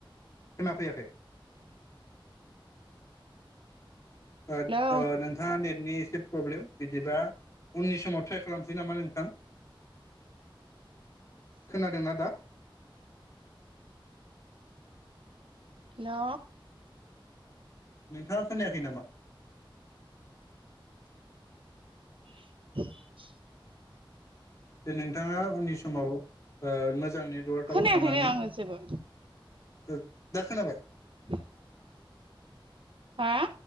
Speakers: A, on the left (about 35°); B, on the right (about 75°).
A: खोनाफैयाखै
B: हेलौ
A: ओ नोंथाङा नेटनि सिब फ्रब्लेम बिदिबा उननि समाव ट्राइ खालामनोसै नामा नोंथां, खोनादोंना दा?
B: हेलौ
A: नोंथाङा खोनायाखै नामा?
B: <inaudible>
A: बे नोंथाङा उननि समाव ओ मोजां नेटवर्कआव
B: खोनायाखैनो
A: थानानै
B: आङो जेबो
A: दा खोनाबाय
B: <inaudible> हा?